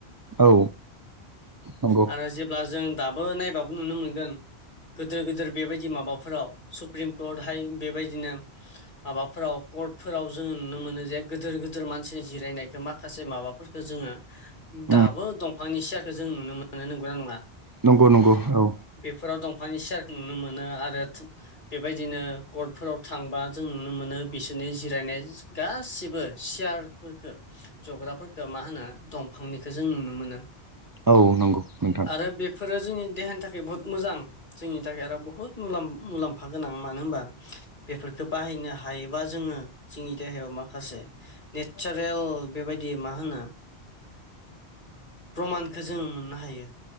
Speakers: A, on the right; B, on the left.
A: औ नंगौ
B: आरो जेब्ला जों दाबो नायबाबो नुनो मोनगोन गिदोर गिदोर बेबायदि माबाफोराव सुप्रिम कर्टहाय बेबायदिनो माबाफोराव कर्टफोराव जोङो नुनो मोनो जे गिदोर गिदोर मानसिनि जिरायनायखौ माखासे माबाफोरफोरखौ जोङो दाबो
A: उम
B: दंफांनि सियारखौ जों नुनो मोनो नंगौना नङा?
A: नंगौ नंगौ औ।
B: फोराव दंफांनि सियारखौ नुनो मोनो आरो बेबायदिनो कर्टफोराव थांबा जों नुनो मोनो बिसोरनि जिरायनाय गासिबो सियारफोरखौ जग्राफोरखौ मा होनो दंफांनिखौ जों नुनो मोनो।
A: औ नंगौ नोंथां।
B: आरो बेफोरो जोंनि देहानि थाखाय बहुद मोजां। जोंनि थाखाय आरो बुहुत मुलाम मुलाम्फा गोनां मानो होनबा बेफोरखौ बाहायनो हायो बा जोङो जोंनि देहायाव माखासे नेचारेल बेबायदि मा होनो प्रमानखौ जोङो मोननो हायो।